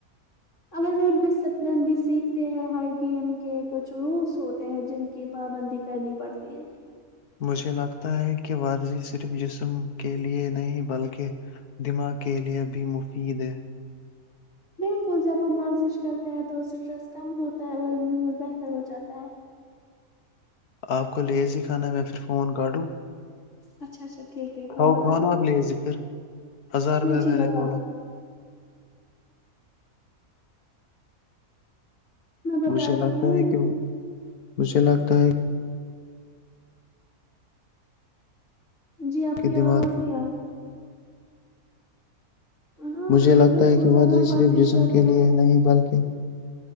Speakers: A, on the left; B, on the left.
A: اگر وہ ڈسپلن بھی سیکھتے ہیں ہر گیم کے کچھ رولس ہوتے ہیں جن کی پابندی کرنی پڑتی ہے
B: مجھے لگتا ہے کہ ورزی صرف جسم کے لیے نہیں بلکہ دماغ کے لیے بھی مفید ہے
A: بالکل جب ہم ورزش کرتے ہیں تو اسٹریس کم ہوتا ہے اور مڈ بہتر ہو جاتا ہے
B: آپ کو لیز ہی کھانا میں پھر فون کاٹوں
A: اچھا اچھا ٹھیک ہے
B: کھاؤ
A: ہاں بتاؤ
B: کھاؤ نا آپ لیزی پھر ہزار
A: میں
B: بار
A: جی
B: نے
A: بتاؤ
B: بولا
A: میں بتا
B: مجھے
A: رہی
B: لگتا
A: ہوں
B: ہے کہ مجھے لگتا ہے
A: جی آپ
B: کہ
A: کی
B: دماغ
A: آواز نہیں آ رہی ہاں
B: مجھے لگتا
A: بالکل
B: ہے کہ
A: جب
B: ورضی
A: ہم ورزش
B: صرف جسم
A: کرتے
B: کے
A: ہیں
B: لیے نہیں بلکہ